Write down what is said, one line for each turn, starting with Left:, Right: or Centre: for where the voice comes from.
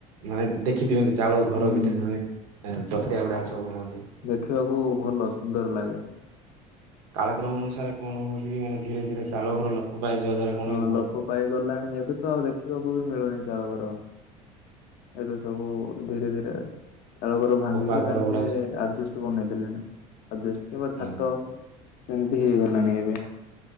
Right: ମାନେ ଦେଖିଥିବେ। ଚାଳ ଘର
Left: ହୁଁ
Right: ଭିତରେ ସେମାନେ ଏଁ ଚଟିଆ ଗୁଡାକ ସବୁ ରୁହନ୍ତି।
Left: ଦେଖିବାକୁ ଭଲ ସୁନ୍ଦର ଲାଗେ।
Right: କାଳକ୍ରମ ଅନୁସାରେ କଣ ହଉଚି କି ମାନେ ଧୀରେ ଧୀରେ ଚାଳ ଘର ଲୋପ ପାଇଯିବା ଦ୍ଵାରା କଣକି
Left: ହଁ ଲୋପ ପାଇ ଗଲାଣି ଏବେତ ଆଉ ଦେଖିବାକୁ ବି ମିଳୁନି ଚାଳ ଘର। ଏବେ ସବୁ ଧୀରେ ଧୀରେ ଚାଳ ଘର ଭାଙ୍ଗିକି
Right: ପକ୍କା
Left: ତାଙ୍କେ
Right: ଘର ଗୁଡାକ ସବୁ
Left: ଆଜିବେଷ୍ଟ୍ ବନେଇ ଦେଲେଣି ଆଜିବେଷ୍ଟ୍ କିମ୍ବା
Right: ହୁଁ
Left: ଛାତ ଏମିତି ହେଇଗଲାଣି ଏବେ।